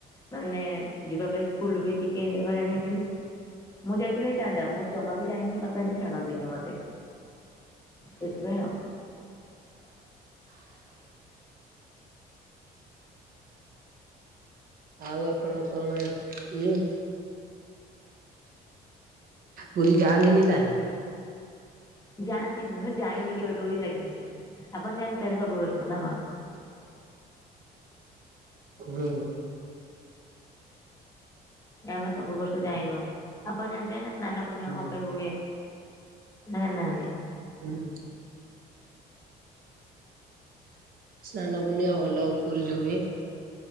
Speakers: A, on the left; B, on the right.
A: ମାନେ ଯିବା ପାଇଁ ସ୍କୁଲ ବି ଟିକେ ହଇରାଣ ହେଇଯିବେ ମୁଁ ଯାଇଥିଲି ଯାଇନ୍ତା ମୁଁ ଜମା ବି ଯାଇନି ବାପା ଏମିତି ଛାଡ଼ନ୍ତିନି ମତେ ସେଥିପାଇଁ ଆଉ।
B: ଆଉ ଆପଣ କଣ ଇଏ ପୁରୀ ଯାହାନ୍ତିନି ତାହେଲେ?
A: ଯାଆନ୍ତିନି ନୁହେଁ ଯାଇନି କେବେ ଡୋରି ଲାଗିନି ଆପଣ ଯାଆନ୍ତି ତାହେଲେ ସବୁ ବର୍ଷ ନା କଣ?
B: ହୁଁ।
A: ଆମେ ସବୁ ବର୍ଷ ଯାଇନୁ ଆପଣ ଜାଣିଛେ ନା ସ୍ନାନ ପୂର୍ଣ୍ଣିମା
B: ହୁଁ।
A: କଣ ପାଇଁ ହୁଏ? ଜାଣିନାହାନ୍ତି।
B: ହୁଁ। ସ୍ନାନ ପୂଣ୍ଣିମା ଭଲ ପୁରୀରେ ହୁଏ।